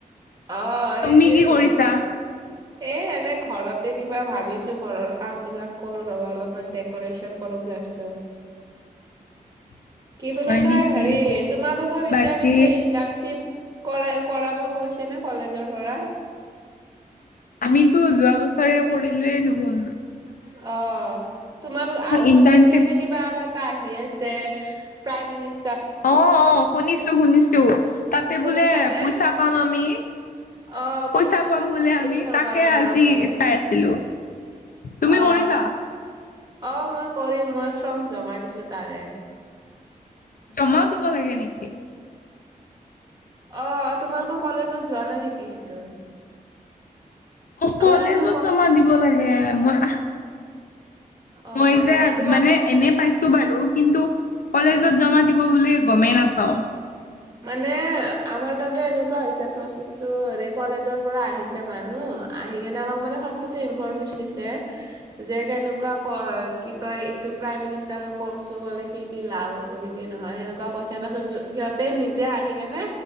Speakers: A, on the right; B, on the left.
A: অ' সেইটোয়েতো।
B: তুমি কি কৰিছা?
A: এ এনে ঘৰতে কিবা ভাবিছো ঘৰৰ কাম বিলাক কৰো ৰবা অলপমান ডেক'ৰেশচন কৰো বুলি লাগছো
B: <inaudible>
A: কি বুলি কয়
B: নেকি?
A: হেৰি তোমালোকৰ এতিয়া
B: বাকী
A: পিছে ইন ইন্টানশ্বিপ কৰে কৰাব কৈছে নে কলেজৰ পৰা
B: আমিতো যোৱা বছৰে কৰিলো য়ে দুগোন
A: অ তোমালোক আৰু
B: ইন্টাৰ্ণশ্বিপ
A: নতুনকে যে কিবা আৰু এটা আহি আছে প্ৰাইমিছ
B: অ অ শুনিছো শুনিছো তাতে
A: শুনিছানে?
B: বোলে পইচা পাম আমি
A: অ'
B: পইচা পাম বুলিয়ে আমি
A: চৰকাৰৰ
B: তাকে
A: পৰা
B: আজি
A: বাৰু।
B: চাই আছিলো তুমি
A: অ
B: কৰিবা?
A: অ মই কৰিম মই ফৰ্ম জমা দিছো তাৰে।
B: জমাও দিব লাগে নিকি?
A: অ' তোমালোকৰ কলেজত যোৱা নাই নেকি সেইটো
B: অ'
A: আমাৰ
B: কলেজত
A: কিন্তু
B: জমা দিব লাগে, মই
A: অ
B: মই যে
A: তোমাৰ
B: মানে এনে পাইছ বাৰু কিন্তু কলেজত
A: অ
B: জমা দিব বুলি গ'মেই নাপাও
A: মানে আমাৰ তাতে এনেকুৱা হৈছে প্ৰচেছটো হেৰি কলেজৰ পৰা আহিছে মানুহ। আহিকেনে আমাক মানে ফাৰ্ষতে ইনফমেশচন দিছে যে কেনেকুৱা কি কয় ইটো প্ৰাইম মিনিষ্টাৰৰ কৌৰচ ল'বলে কি কি লাভ হ'ব কি কি নহয়, সেনেকুৱা কৈছে তাৰছত য সিহত তে নিজে আহি কেনে